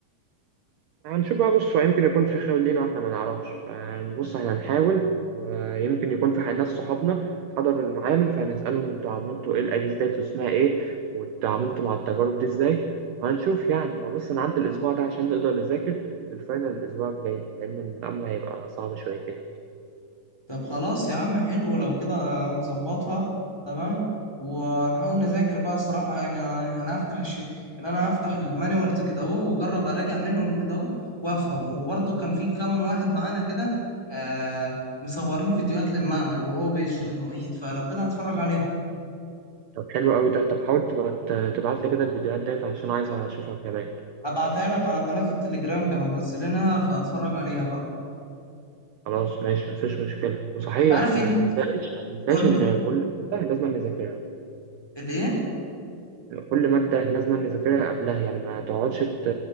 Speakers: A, on the right; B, in the centre.
A: هنشوف بقى بص هو يمكن يكون في خير لينا واحنا ما نعرفش فبص احنا هنحاول ويمكن يكون في حد- ناس صحابنا حضروا المعامل فهنسألهم انتوا عملتوا ايه الأجهزة ديت واسمها ايه وتعاملتوا مع التجارب دي ازاي وهنشوف يعني هو بس نعدي الأسبوع ده عشان نقدر نذاكر للفاينل الأسبوع الجاي لأن الأمر هيبقى صعب شويتين
B: طب خلاص يا عم حلو لو كده نظبطها تمام ونحاول نذاكر بقى الصراحة يعني أنا هفتح الشيء يعني أنا هفتح المانيوالز كده أهو وأجرب أراجع منهم كده أهو وأفهم وبرضه كان في كام واحد معانا كده آه مصورين فيديوهات للمعمل وهو بيشرح المعيد فلو كده هتفرج عليها
A: طب حلو قوي ده طب حاول تبقى تبعت لي كده الفيديوهات ديت عشان عايز أشوفها كمان
B: أبعتها لك على قناة التليجرام كانوا منزلينها فهتفرج عليها بقى
A: خلاص ماشي مفيش مشكلة وصحيح
B: أنت عارف إيه
A: ما تنساش ما تنساش
B: قول
A: إن
B: لي
A: كل حاجة لازم نذاكرها
B: الإيه؟
A: كل مادة لازم نذاكرها قبلها يعني ما تقعدش ت-